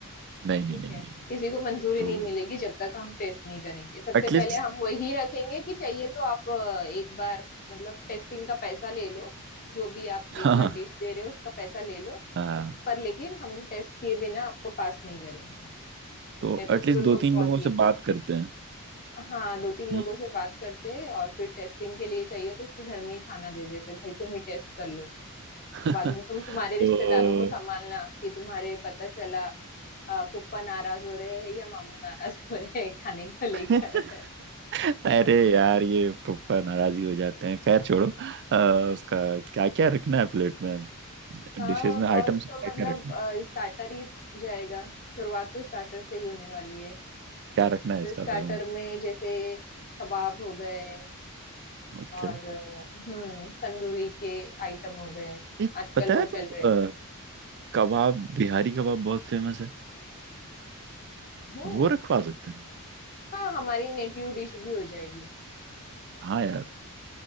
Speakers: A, on the right (about 50°); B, on the left (about 40°).
A: नहीं नहीं
B: ठीक
A: नहीं
B: है
A: नहीं
B: किसी को मंजूरी
A: तो
B: नहीं मिलेगी जब तक हम टेस्ट नहीं करेंगे सबसे
A: एटलीस्ट
B: पहले हम वही रखेंगे कि चाहिए तो आप अ, एक बार मतलब टेस्टिंग का पैसा ले लो जो भी आप
A: हाँ
B: एक बार डिश दे रहे हो उसका पैसा ले लो
A: <laughs> हाँ
B: पर लेकिन हम टेस्ट किए बिना आपको पास नहीं करेंगे नहीं
A: तो
B: तो
A: एटलीस्ट
B: फिर उन लोग
A: दो तीन
B: बहुत
A: लोगों
B: ये
A: से
B: करते
A: बात
B: हैं
A: करते हैं
B: हाँ दो तीन
A: हम्म,
B: लोगों से बात करते हैं और फिर टेस्टिंग के लिए चाहिए तो उसके घर में ही खाना दे देते हैं, भाई तुम ही टेस्ट कर लो
A: <laughs>
B: बाद में तुम तुम्हारे रिश्तेदारों
A: तो
B: को संभालना कि तुम्हारे पता चला अ, फूफा नाराज हो रहे हैं या मामू नाराज हो रहे हैं खाने को लेकर
A: <laughs> अरे
B: <laughs>
A: यार ये पप्पा नाराज ही हो जाते हैं खैर छोड़ो अ, उसका क्या क्या रखना है प्लेट में
B: हाँ
A: डिशेस में आइटम्स
B: फर्स्ट
A: क्या
B: तो मतलब
A: क्या रखना है
B: स्टार्टर ही जाएगा शुरुआत तो स्टार्टर से ही होने वाली है
A: क्या रखना है
B: तो
A: स्टार्टर
B: स्टार्टर
A: में
B: में जैसे कबाब हो गए
A: ओके
B: और अ, हम्म तंदूरी के आइटम हो गए
A: ये
B: आजकल
A: पता
B: वो
A: है
B: चल
A: तुमको
B: रहे हैं
A: अ, कबाब बिहारी कबाब बहुत फेमस है
B: हम्म
A: वो रखवा सकते हैं
B: हाँ हमारी नेटिव डिश भी हो जाएगी
A: हाँ यार